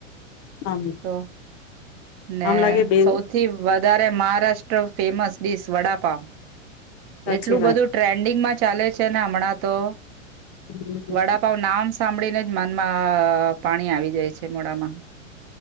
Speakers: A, on the left; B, on the right.
A: આમ
B: તો, ને
A: આમ લાગે બે
B: સૌથી વધારે મહારાષ્ટ્ર ફેમસ ડીશ વડાપાવ.
A: સાચી
B: એટલું
A: વાત
B: બધું ટ્રેન્ડિંગમાં ચાલે છે ને હમણાં તો.
A: હમ,
B: વડાપાવ નામ સાંભળીને જ મનમાં પાણી આવી જાય છે. <unintelligible> મોડામાં